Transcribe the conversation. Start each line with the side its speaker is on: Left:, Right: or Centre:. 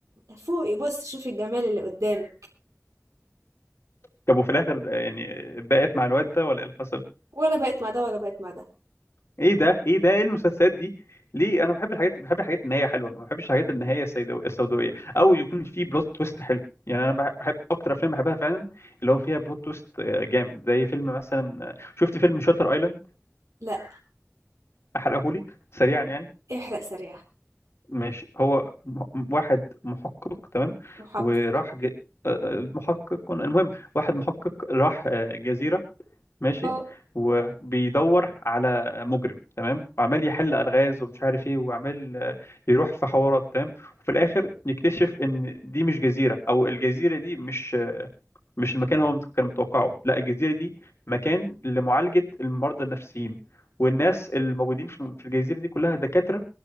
Right: فوقي بص شوفي الجمال اللي قدامك
Left: طب وفي الاخر يعني بقت مع الواد ده ولا ايه اللي حصل
Right: ولا بقت مع ده ولا بقت مع ده
Left: ايه ده ايه ده ايه المسلسلات دي ليه انا بحب الحاجات بحب الحاجات النهايه حلوه ما بحبش الحاجات النهايه السيدو- السوداويه او يكون في بلوت تويست حلو يعني انا بح- بحب اكتر افلام بحبها فعلا اللي هو فيها بلوت تويست آه، جامد زي فيلم مثلا آه، شفت فيلم شاتر ايلاند
Right: لا
Left: احرقهولك سريعا يعني
Right: احرق سريع
Left: ماشي هو م- م- واحد محقق تمام
Right: محقق
Left: وراح ج... آه، آه، محقق المهم واحد محقق راح آه، جزيره ماشي
Right: اه
Left: وبيدور على مجرم تمام وعمال يحل الغاز ومش عارف ايه وعمال آه، يروح في حوارات تمام وفي الاخر يكتشف ان دي مش جزيره او الجزيره دي مش آه، مش المكان اللي هو مت- كان متوقعه لا الجزيره دي مكان لمعالجه المرضى النفسيين والناس الموجودين في في الجزيره دي كلها دكاتره